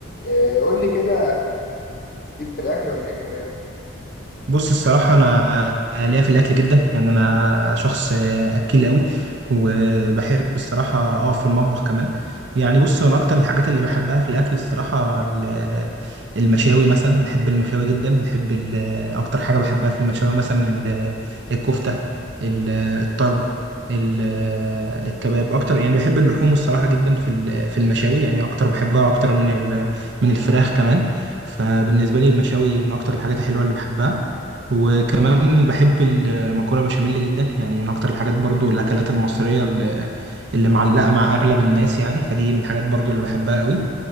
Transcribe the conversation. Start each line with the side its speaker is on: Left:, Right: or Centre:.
Left: إيه، قول لي كده ليك في الأكل ولا إيه الكلام؟
Right: بص الصراحة أنا ليا في الأكل جدا يعني أنا شخص أكيل أوي وبحب الصراحة أقف في المطبخ كمان يعني بص أنا أكتر الحاجات اللي بحبها في الأكل الصراحة ال- المشاوي مثلا بحب المشاوي جدا بحب ال- أكتر حاجة بحبها في المشاوي مثلا ال- الكفتة ال- الطرب ال- الكباب أكتر يعني بحب اللحوم الصراحة جدا في ال- في المشاوي يعني أكتر بحبها أكتر من ال- من الفراخ كمان فبالنسبة لي المشاوي من أكتر الحاجات الحلوة اللي بحبها وكمان بحب المكرونه بشاميل جدا يعني من اكتر الحاجات برضو الاكلات المصريه اللي اللي معلقه مع اغلب الناس يعني فدي من الحاجات برضو اللي بحبها قوي